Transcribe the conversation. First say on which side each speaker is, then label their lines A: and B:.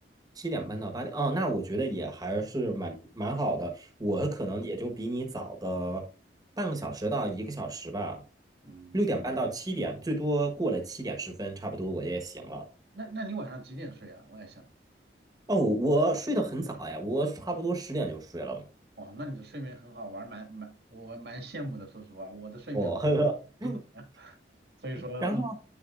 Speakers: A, on the right; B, on the right.
A: 七点半到八点，哦，那我觉得也还是蛮蛮好的。我可能也就比你早个半个小时到一个小时吧，
B: 嗯，嗯，
A: 六点半到七点，最多过了七点十分，差不多我也醒了。
B: 那那你晚上几点睡啊？我也想，
A: 哦，我睡得很早呀，我差不多十点就睡了。
B: 哦，那你的睡眠很好，玩，还蛮蛮我蛮羡慕的。说实话，我的睡眠
A: 哦，
B: 不是怎么样，
A: <laughs>
B: 所以说，嗯
A: 然后